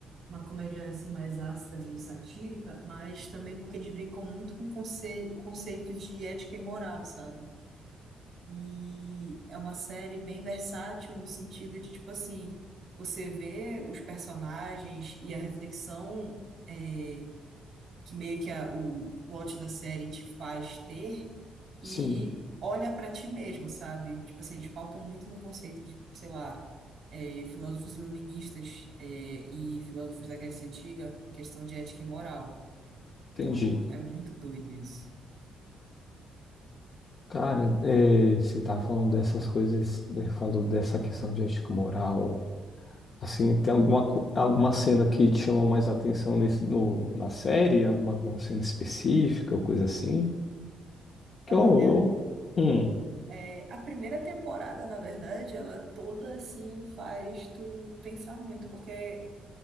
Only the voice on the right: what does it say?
uma comédia assim mais ácida, meio satírica, mas também porque eles brincam muito com conce conceito de ética e moral, sabe? E é uma série bem versátil no sentido de, tipo assim, você vê os personagens e a reflexão. eh, que meio que a- o plot da série te faz ter e
olha pra ti mesmo, sabe? Tipo assim, eles pautam muito no conceito de, sei lá, é, filósofos iluministas é, e filósofos da Grécia Antiga em questão de ética e moral.
Então, é muito doido isso.
Olha,
é, a primeira temporada, na verdade, ela toda assim faz tu pensar muito, porque